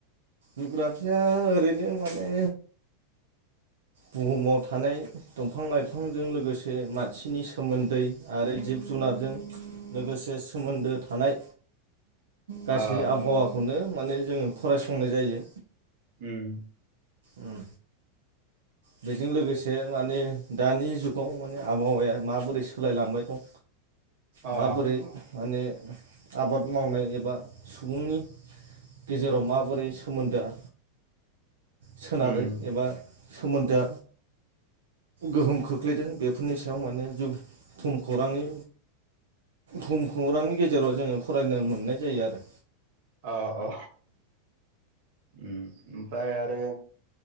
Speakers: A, on the right; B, on the right.
A: जुग्राफिया ओरैनो माने बुहुमाव थानाय दंफां लाइफांजों लोगोसे मानसिनि सोमोन्दै आरो जिब जुनारजों लोगोसे सोमोन्दो थानाय गासै
B: अ
A: आबहावाखौनो माने जोङो फरायसंनाय जायो।
B: उम।
A: उम बेजों लोगोसे माने दानि जुगाव माने आबहावाया माबोरै सोलायलांबाय दं
B: अ
A: माबोरै माने आबाद मावनाय एबा सुबुंनि गेजेराव माबोरै सोमोन्दोआ सोनारो
B: उम
A: एबा सोमोन्दोआ गोहोम खोख्लैदों बेफोरनि सायाव माने जुफ भुम खौरांनि भुम खौरांनि गेजेराव जोङो फरायनो मोननाय जायो आरो।
B: अ अ। ओम ओमफ्राय आरो